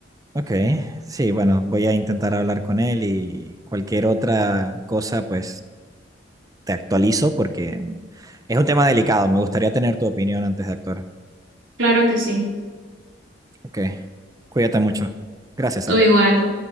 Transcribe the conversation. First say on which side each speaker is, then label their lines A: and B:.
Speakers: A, on the right; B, on the right.
A: ok, sí, bueno, voy a intentar hablar con él y cualquier otra cosa, pues te actualizo porque es un tema delicado. Me gustaría tener tu opinión antes de actuar.
B: Claro que sí.
A: Ok, cuídate mucho. Gracias,
B: Tú
A: Sara.
B: igual.